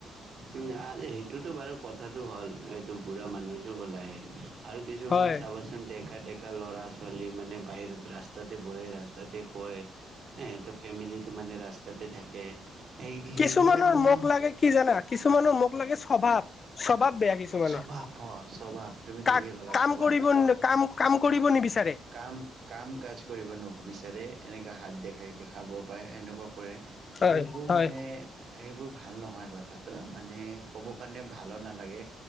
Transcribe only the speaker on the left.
হয়
কিছুমানৰ
মোক লাগে কি জানা, কিছুমানৰ মোক লাগে স্বভাৱ স্বভাৱ বেয়া কিছুমানৰ।
কা-কাম
কৰিব কাম কাম কৰিব নিবিচা
হয়
হয়